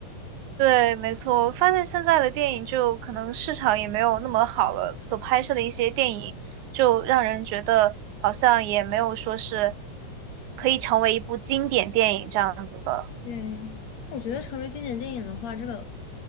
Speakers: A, on the right; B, on the left.
A: 对，没错，我发现现在的电影就可能市场也没有那么好了，所拍摄的一些电影就让人觉得好像也没有说是可以成为一部经典电影这样子的。
B: 对，我觉得成为经典电影的话，这个